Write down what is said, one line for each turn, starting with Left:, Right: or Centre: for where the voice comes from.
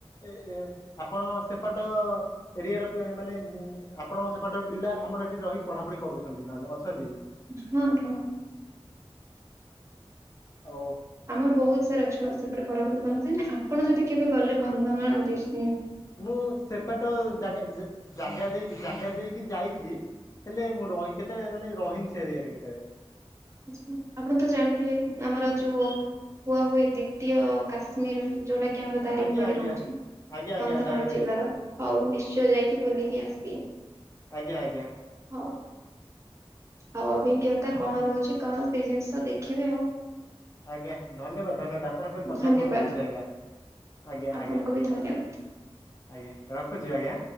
Left: ଏ ଏ ଆପଣ ସେପାଟ ଏରିଆରେ ପି ମାନେ ଆପଣ ସେପାଟର ପିଲା ଆମର ଏଠି ରହି ପଢାପଢି କରୁଛନ୍ତି। ନହେଲେ ଅଛନ୍ତି ବି
Right: ହୁଁ ହୁଁ।
Left: ଓ।
Right: ଆମର ବହୁତ ସାରା ଛୁଆ ସେପଟେ ପଢ଼ାପଢ଼ି କରନ୍ତି। ଆପଣ ଯଦି କେବେ ଗଲେ କନ୍ଧମାଳ ଡିଷ୍ଟ
Left: ମୁଁ ସେପଟ ଜାଗା ଜା ଜାଗା ଦେଇି ଜାଗା ଦେଇ କି ଯାଇଚି ହେଲେ ମୁଁ ରହି କେତେ ମାନେ ରହିନି ସେ ଏରିଆ ରେ କେତେବେଳେ।
Right: ଆଛା ଆପଣ ତ ଜାଣିଥିବେ ଆମର ଯୋଉ କୁଆ ହୁଏ ଦ୍ଵିତୀୟ କାଶ୍ମୀର ଯୋଉଟା କି ଆମର ଦାରିଙ୍ଗ
Left: ଆଜ୍ଞା
Right: ବାଡି
Left: ଆଜ୍ଞା।
Right: ରହୁଚି।
Left: ଆଜ୍ଞା ଆଜ୍ଞା
Right: କନ୍ଧମାଳ
Left: ଦାରିଙ୍ଗବାଡ଼ି
Right: ଜିଲ୍ଲାର ହଉ ନିଶ୍ଚୟ ଯାଇକି ବୁଲିକି ଆସିବେ।
Left: ଆଜ୍ଞା ଆଜ୍ଞା।
Right: ହଉ ଆଉ ଅଭିଜ୍ଞତା
Left: ହଁ
Right: କଣ ରହୁଚି କଣ ସେଇ ଜିନିଷ ଦେଖିବେ ଆଉ।
Left: ଆଜ୍ଞା ଧନ୍ୟବାଦ ଧନ୍ୟବାଦ ଆପଣପେଇ କଥା
Right: ଧନ୍ୟବାଦ
Left: ହେଇ ବହୁତ ଖୁସି ଲାଗିଲା। ଆଜ୍ଞା
Right: ଆପଣଙ୍କୁ
Left: ଆଜ୍ଞା
Right: ବି ଧନ୍ୟବାଦ।
Left: ଆଜ୍ଞା ରଖୁଚି ଆଜ୍ଞା।